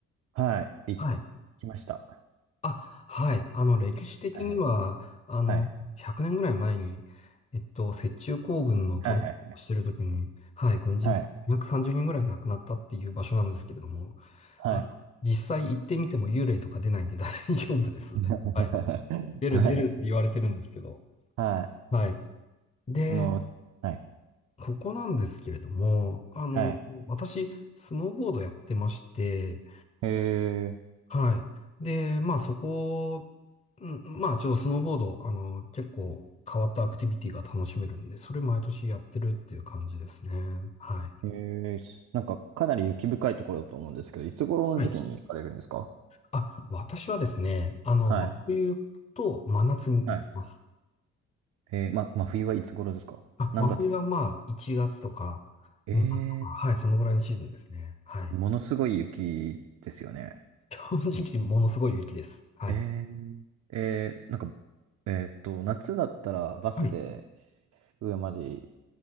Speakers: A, on the right; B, on the left.
A: はい、行
B: はい。
A: きました。は
B: あ、はい。あの、歴史的には、
A: いはい、
B: あの、
A: はい、
B: 100年ぐらい前に、えっと、雪中行軍のトレーニングをしてるときに、
A: はい、はい、
B: はい、軍人230人ぐらい亡くなったっていう場所なんですけれども、
A: はい、はい。
B: あの、実際行ってみても幽霊とか出ないんで大丈夫です。
A: <laughs>
B: はい。出る出るって言われてるんですけど、
A: はい、はい。
B: はい。で、
A: あの、はい、
B: ここなんですけれども、あの、
A: はい。
B: 私、スノーボードやってまして、
A: へえ
B: はい。で、まあそこ、うんまあちょっとスノーボード、あの、結構変わったアクティビティが楽しめるんで、それ毎年やってるっていう感じですね。はい。
A: ー、へえー、なんかかなり雪深いところだと思うんですけど、いつ頃の時期に行かれるんですか
B: はい。あ、私はですね、あの、
A: はい、
B: 真冬と真夏に行きます。
A: はい。えー、ま、真冬はいつ頃ですか何月
B: あ、真冬はまあ1月とか
A: え
B: 2月とか、はい、そのぐらいのシーズンですね。はい。
A: ー、ものすごい雪ですよね。
B: 正直ものすごい雪です。はい。
A: えー、えー、なんか、えーっと、夏だったらバスで
B: はい。
A: 上まで